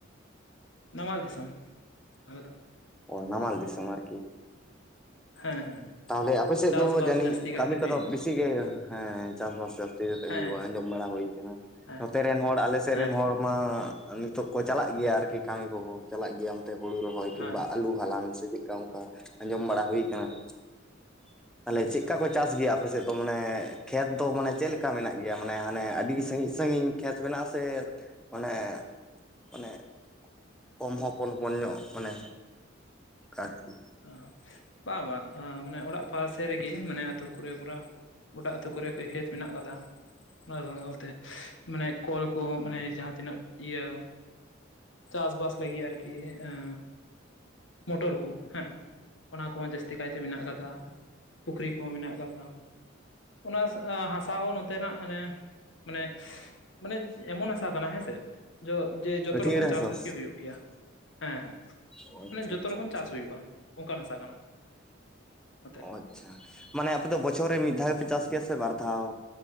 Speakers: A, on the left; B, in the centre.
A: ᱱᱟᱢᱟᱞ ᱫᱤᱥᱚᱢ <inaudible> ᱟᱞᱮ ᱫᱚ ᱾
B: ᱚ ᱱᱟᱢᱟᱞ ᱫᱤᱥᱚᱢ ᱟᱨᱠᱤ ᱾
A: ᱦᱮᱸ ᱦᱮᱸ
B: ᱛᱟᱦᱞᱮ ᱟᱯᱮ ᱥᱮᱫ
A: ᱪᱟᱥᱵᱟᱥ
B: ᱫᱚ ᱡᱟᱹᱱᱤᱡ
A: ᱡᱟᱹᱥᱛᱤ ᱠᱟᱨᱛᱮ
B: ᱠᱟᱹᱢᱤ
A: ᱦᱩᱭᱩᱜᱼᱟ
B: ᱠᱚᱫᱚ ᱵᱮᱥᱤ ᱜᱮ ᱦᱮᱸ ᱪᱟᱥᱵᱟᱥ ᱡᱟᱹᱥᱛᱤ ᱠᱟᱛᱮ
A: ᱦᱮᱸ
B: ᱦᱩᱭᱩᱜ-ᱟ ᱟᱸᱡᱚᱢ ᱵᱟᱲᱟ ᱦᱩᱭ ᱟᱠᱟᱱᱟ ᱾
A: ᱦᱮᱸ
B: ᱱᱚᱛᱮ ᱨᱮᱱ ᱦᱚᱲ ᱟᱞᱮ ᱥᱮᱫ
A: ᱦᱮᱸ
B: ᱨᱮᱱ ᱦᱚᱲ ᱢᱟ ᱱᱤᱛᱚᱜ ᱠᱚ ᱪᱟᱞᱟᱜ ᱜᱮᱭᱟ ᱟᱨᱠᱤ ᱠᱟᱹᱢᱤ ᱠᱚ ᱦᱚᱸ ᱪᱟᱞᱟᱜ ᱜᱮᱭᱟ ᱚᱱᱛᱮ ᱦᱩᱲᱩ ᱨᱚᱦᱚᱭ
A: ᱟᱪᱪᱷᱟ
B: ᱠᱤᱝᱵᱟ ᱟᱹᱞᱩ
A: ᱟᱪᱪᱷᱟ
B: ᱦᱟᱞᱟᱝ ᱥᱮ ᱪᱮᱫᱠᱟ ᱦᱮᱸ ᱟᱸᱡᱚᱢ ᱵᱟᱲᱟ ᱦᱩᱭ ᱟᱠᱟᱱᱟ ᱾ <inaudible> ᱛᱟᱦᱚᱞᱮ
A: ᱟᱪᱪᱷᱟ
B: ᱪᱮᱫᱠᱟ ᱠᱚ ᱪᱟᱥ ᱜᱮᱭᱟ ᱟᱯᱮ ᱥᱮᱫ ᱫᱚ ᱢᱟᱱᱮ ᱠᱷᱮᱛ ᱫᱚ ᱢᱟᱱᱮ ᱪᱮᱫ ᱞᱮᱠᱟ ᱢᱮᱱᱟᱜ ᱜᱮᱭᱟ, ᱢᱟᱱᱮ ᱦᱟᱱᱮ ᱟᱹᱰᱤ ᱥᱟᱺᱜᱤᱧ ᱥᱟᱺᱜᱤᱧ ᱠᱷᱮᱛ ᱢᱮᱱᱟᱜ-ᱟ ᱥᱮ ᱢᱟᱱᱮ ᱢᱟᱱᱮ ᱠᱚᱢ ᱦᱚᱯᱚᱱ ᱦᱚᱯᱚᱱ ᱧᱚᱜ ᱢᱟᱱᱮ ᱟᱨᱠᱤ᱾
A: ᱚᱸ ᱵᱟᱝ ᱵᱟᱝ ᱢᱟᱱᱮ ᱚᱲᱟᱜ ᱯᱟᱥᱮ ᱨᱮᱜᱮ ᱢᱟᱱᱮ ᱟᱹᱛᱩ ᱠᱚ ᱨᱮ ᱯᱚᱨᱟ ᱜᱚᱴᱟ ᱟᱹᱛᱩ ᱠᱚᱨᱮ <unintelligible> ᱠᱷᱮᱛ ᱢᱮᱱᱟᱜ ᱟᱠᱟᱫᱟ ᱚᱱᱟ ᱥᱟᱶ ᱥᱟᱶ ᱛᱮ ᱢᱟᱱᱮ ᱠᱚᱞ ᱠᱚᱦᱚᱸ ᱢᱟᱱᱮ ᱡᱟᱦᱟᱸ ᱛᱤᱱᱟᱹᱜ ᱤᱭᱟᱹ ᱪᱟᱥᱵᱟᱥ ᱞᱟᱹᱜᱤᱫ ᱟᱨᱠᱤ ᱮᱸ ᱢᱚᱴᱚᱨ ᱠᱚ᱾ ᱦᱮᱸ ᱚᱱᱟ ᱠᱚᱦᱚᱸ ᱡᱟᱹᱥᱛᱤ ᱠᱟᱭᱛᱮ ᱢᱮᱱᱟᱜ ᱠᱟᱫᱟ ᱯᱩᱠᱷᱨᱤ ᱠᱚᱦᱚᱸ ᱢᱮᱱᱟᱜ ᱠᱟᱫᱟ᱾ ᱚᱱᱟ ᱦᱟᱥᱟ ᱦᱚᱸ ᱱᱚᱛᱮ ᱱᱟᱜ ᱟᱱᱮ ᱢᱟᱱᱮ ᱢᱟᱱᱮ ᱮᱢᱚᱱ ᱦᱟᱥᱟ ᱠᱟᱱᱟ ᱦᱮᱸᱥᱮ ᱡᱚ ᱡᱮ ᱡᱚᱛᱚ
B: ᱟᱹᱴᱷᱭᱟᱹᱲ
A: ᱨᱚᱠᱚᱢ ᱪᱟᱥ
B: ᱦᱟᱥᱟ
A: ᱟᱨᱠᱤ
B: ᱥᱮ ᱪᱮᱫ?
A: ᱦᱩᱭᱩᱜ ᱜᱮᱭᱟ ᱦᱮᱸ ᱦᱮᱸ
B: ᱚ ᱟᱪᱪᱷᱟ
A: ᱢᱟᱱᱮ ᱡᱚᱛᱚ
B: ᱟᱪᱪᱷᱟ
A: ᱨᱚᱠᱚᱢ
B: ᱟᱪᱪᱷᱟ
A: ᱪᱟᱥ ᱠᱚᱜᱼᱟ ᱚᱱᱠᱟᱱ ᱦᱟᱥᱟ ᱠᱟᱱᱟ᱾ ᱱᱚᱛᱮ
B: ᱚ ᱟᱪ ᱪᱷᱟ ᱢᱟᱱᱮ ᱟᱯᱮ ᱫᱚ ᱵᱚᱪᱷᱚᱨ ᱨᱮ ᱢᱤᱫ ᱫᱷᱟᱣ ᱜᱮᱯᱮ ᱪᱟᱥ ᱜᱮᱭᱟ ᱥᱮ ᱵᱟᱨ ᱫᱷᱟᱣ